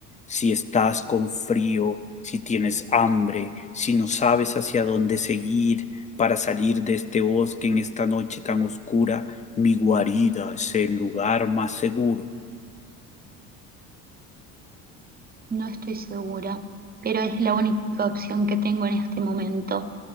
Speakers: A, on the left (about 15°); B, on the right (about 20°).
A: Si estás con frío, si tienes hambre, si no sabes hacia dónde seguir para salir de este bosque en esta noche tan oscura, mi guarida es el lugar más seguro.
B: No estoy segura, pero es la única opción que tengo en este momento.